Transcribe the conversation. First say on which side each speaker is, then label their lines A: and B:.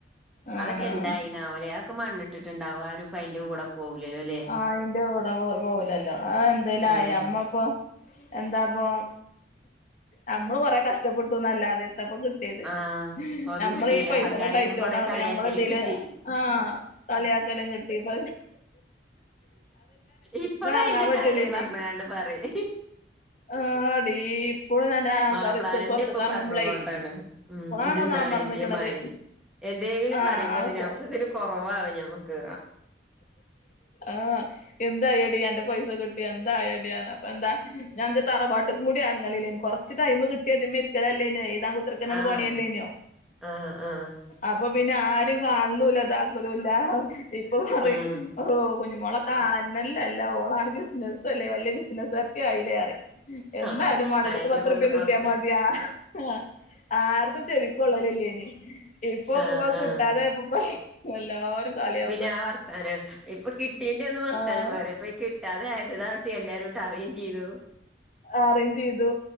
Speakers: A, on the left; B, in the centre.
A: ആഹ്
B: അതൊക്കെ എന്തായിനാവൊ ലെ അക്കെ മണ്ണിട്ടിട്ടുണ്ടാവും ആരുപ്പം അയിന്റെ കൂടെ പോവൂലല്ലോ ലെ
A: അയിന്റെ കൂടെ പോ പോവൂലല്ലോ അ എന്തേലും
B: ഉം
A: ആയ അമ്മപ്പൊ എന്താപ്പൊ നമ്മള് കൊറെ കഷ്ടപ്പെട്ടുന്നല്ലാതെ എത്തപ്പം കി ട്ടിയത്
B: ആഹ് ഒന്നും
A: നമ്മളീ
B: കിട്ടിയില്ല
A: പൈസന്റെ
B: ആൾക്കാരെന്ന്
A: ടൈറ്റോണ്ട്
B: കൊറെ
A: ആണ് ഇപ്പം
B: കളിയാക്കലും
A: നമ്മള് ഇതില്
B: കിട്ടി
A: ആ കളിയാക്കലും കിട്ടിപ്പ
B: ഇപ്പളും അയിന്റെ
A: എറങ്ങാൻ പറ്റൂലേനി
B: കാര്യം പറഞ്ക്കാണ്ട് പറിം
A: ആടീ ഇപ്പളും ഞാൻ ആൾക്കാര്
B: മാപ്പളാരെന്നെ
A: പൊറത്ത്ക്ക്
B: ഇപ്പൊ
A: എറങ്ങുമ്പളേ
B: പർഞ് കൊണ്ടാണ് ഉം
A: ഇപ്പളാണ്
B: ഇജ്ജ് ഇന്നാൾ
A: ഒന്ന് അമർന്ന്ക്കണത്
B: എയ്തിയമാഴിരി എന്തെങ്കിലും
A: ആഹ്
B: പറയുമ്പോത്തിന്
A: ആൾക്കാ
B: മ്പോത്തിന് കൊർവാവും ഞമ്മക്
A: ആഹ് എന്തായടി അന്റെ പൈസ കിട്ടിയോ എന്തായടി അപ്പൊ എന്താ ഞാൻ ഇന്റെ തറവാട്ട്ക്കും കൂടി ഏർങ്ങല്ല്ലേനി കൊർ ച്ച് ടൈമ് കിട്ടിയ ഇതിമ്മൽ ഇരിക്കലെല്ലെനിയോ എഴുതാൻ കു ത്തർക്ക്ണ
B: ആഹ്
A: പണിയല്ലേനിയോ
B: ആഹ് ആഹ്
A: അപ്പൊ പിന്നെ ആരിം കാൺലുല്ലാ ദാക്കലുല്ല ഇപ്പൊ പറിം
B: ഉം
A: ഒവ് കുഞ്ഞുമോളെ കാണന്നല്ലല്ല ഓളാണ് ബിസ്നസ്സ് ല്ലേ വല്യ ബിസ്നസ്കാര്ത്തി ആയിലെ പറിം എന്നായാലും
B: ആഹ്
A: മാണ്ടില്ല
B: അയന്നെ
A: ഇച്ച് പത്തുർപ്യ
B: ഇപ്പവടെ
A: കിട്ടിയാ
B: പ്രശ്നം
A: മതി ആഹ് ആ ആര്തും ചെവിക്കൊള്ളലില്ലെനി ഇപ്പൊക്കുമ്പോ
B: ആഹ്
A: കിട്ടാതായപ്പം
B: ആഹ്
A: എല്ലാരും കളിയാ
B: ഞാ വർത്താനാ ഇപ്പൊ കിട്ടീന്റെ ഒന്നും വർത്താനം
A: ആഹ്
B: പറയും അപ്പൊ ഈ കിട്ടാതെ ആയ്തതാ വെച്ച് എല്ലാരും ട്ടറീഞ്ചീതു
A: ആറീഞ്ചീതു